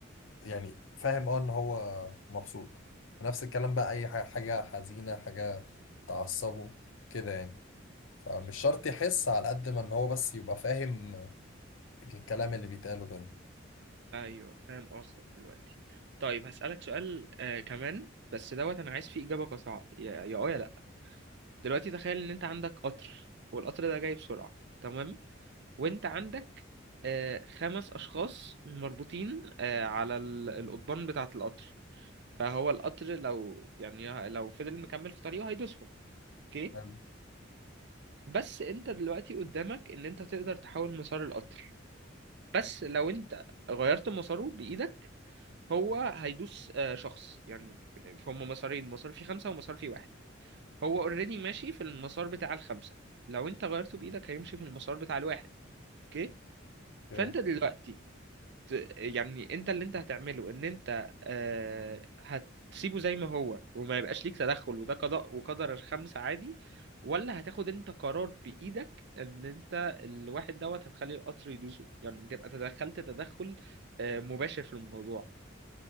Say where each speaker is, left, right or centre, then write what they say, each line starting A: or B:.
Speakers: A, on the left; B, on the right.
A: يعني فاهم اه ان هو مبسوط ونفس الكلام بقى اي ح- حاجة حزينة حاجة تعصبه كده يعني فمش شرط يحس على قد ما ان هو بس يبقى فاهم الكلام اللي بيتقاله كده
B: ايوه فاهم قصدك دلوقتي طيب هسألك سؤال آه كمان بس دوت انا عايز فيه اجابه قصيره يا يا اه يا لا. دلوقتي تخيل ان انت عندك قطر والقطر ده جاي بسرعة تمام وانت عندك آه، خمس اشخاص مربوطين آه، على ال- القضبان بتاعة القطر فهو القطر لو يعني لو فضل مكمل في طريقه هيدوسهم اوكي
A: حلو.
B: بس انت دلوقتي قدامك ان انت تقدر تحول مسار القطر بس لو انت غيرت مساره بايدك هو هيدوس آه، شخص يعني فهم مسارين مسار فيه خمسة ومسار فيه واحد هو اوريدي ماشي في المسار بتاع الخمسة لو انت غيرته بايدك هيمشي في المسار بتاع الواحد اوكي
A: اوكي
B: فانت دلوقتي ت- يعني انت اللي انت هتعمله ان انت آه هتسيبه زي ما هو وما يبقاش ليك تدخل وده قضاء وقدر الخمسة عادي ولا هتاخد انت قرار بايدك ان انت الواحد دوت هتخلي القطر يدوسه يعني تبقى تدخلت تدخل آه مباشر في الموضوع